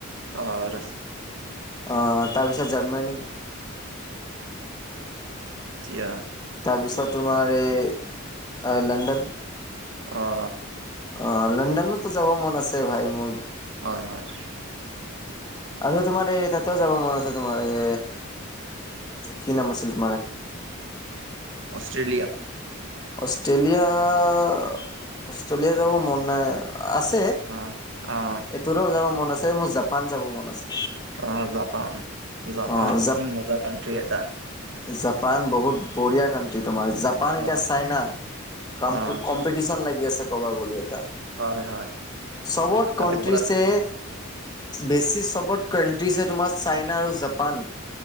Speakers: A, on the right; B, on the left.
A: অঁ
B: অ তাৰপিছত জাৰ্মানী।
A: তিয়া
B: তাৰপিছত তোমাৰ এই লণ্ডন।
A: অ'।
B: অ লণ্ডনতো যাব মন আছে ভাই মোৰ।
A: হয় হয়।
B: আৰু তোমাৰ এই তাতে যাব মন আছে তোমাৰ এ কি নাম আছিল তোমাৰ
A: অষ্ট্ৰেলিয়া।
B: অষ্ট্ৰেলিয়া অষ্ট্ৰেলিয়া যাব মন নাই আছে
A: অ', অ'।
B: এইটোৰেও যাব মন আছে মোৰ জাপান যাব মন আছে।
A: অ জাপান জাপান
B: অ জাপ
A: কি মজা কানট্ৰি এটা।
B: জাপান বহুত বঢ়িয়া কাানট্ৰি তোমাৰ জাপান এতিয়া
A: অ
B: চাইনা কামটো
A: অ
B: কম লাগি আছে কবা বুলি এটা
A: হয় হয়
B: চবত
A: তাতে
B: কট্ৰিছে
A: পুৰা
B: বেছি চবত কাণ্ট্ৰিজ হয় তোমাৰ চাইনা আৰু জাপান